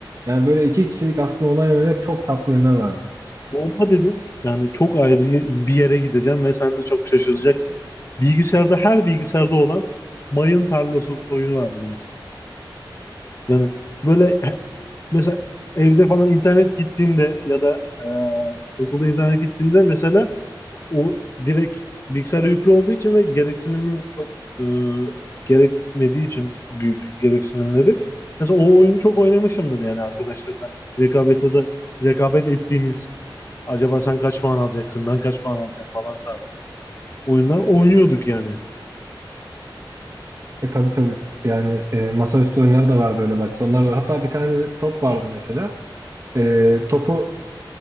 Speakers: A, on the right; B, on the left.
A: Yani böyle iki kişilik aslında online oynayacak çok tatlı oyunlar vardı.
B: Bomba dedin. Yani çok ayrı bir yere gideceğim ve sen de çok şaşıracaksın. Bilgisayarda her bilgisayarda olan mayın tarlası oyunu vardır mesela. Yani böyle <laughs> mesela evde falan internet gittiğinde ya da e, okulda internet gittiğinde mesela o direkt bilgisayara yüklü olduğu için ve gereksinimi çok e, gerekmediği için büyük gereksinimleri. Mesela o oyunu çok oynamışımdır yani arkadaşlarla rekabete de rekabet ettiğimiz acaba sen kaç puan alacaksın ben kaç puan alacağım falan tarzı oyunlar oynuyorduk yani.
A: E tabii tabii. Yani e, masaüstü oyunları da vardı öyle basit. Onlar da hatta bir tane de top vardı mesela. E, topu